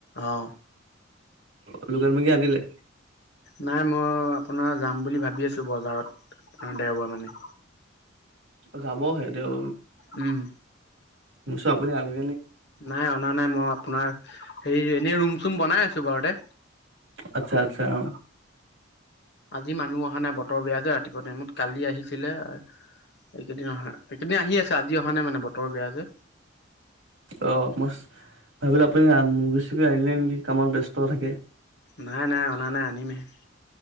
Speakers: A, on the left; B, on the right.
A: অহ।
B: অ', লোকান মূৰ্গী আনিলে?
A: নাই মই আপোনাৰ যাম বুলি ভাবি আছোঁ বজাৰত আপোনাৰ দেওবাৰ মানে।
B: যাব হে দেও
A: উম।
B: মই ভাবিছো আপুনি আপুনি
A: নাই অনা নাই মই আপোনাৰ হে এনে ৰুম চুম বনাই আছো ঘৰতে।
B: আচ্ছা আচ্ছা অ
A: আজি মানুহ অহা নাই বতৰ বেয়া যে ৰাতিপুৱা টাইমত কালি আহিছিলে এইকেইদিন এইকেইদিন আহি আছে আজি অহা নাই মানে বতৰ বেয়া যে।
B: অ মই ভাবিলো আপুনি মুৰ্গী-সুৰ্গী আহিলে নেকি। কামত ব্যস্ত থাকে।
A: নাই নাই অনা নাই আনিমহে।